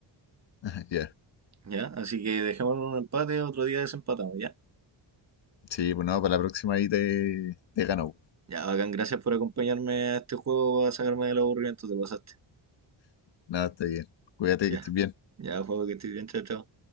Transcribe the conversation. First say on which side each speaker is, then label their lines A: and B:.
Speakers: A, on the left (about 65°); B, on the right (about 35°).
A: <laughs> Ya.
B: ¿Ya? Así que dejémoslo en un empate, otro día desempatamos, ¿ya?
A: Sí, pues no, para la próxima ahí te, te gano.
B: Ya, bacán, gracias por acompañarme a este juego a sacarme del aburrimiento, te pasaste.
A: Nada, está bien. Cuídate
B: Ya,
A: que estés bien.
B: ya, juego que estoy bien, chao, chao.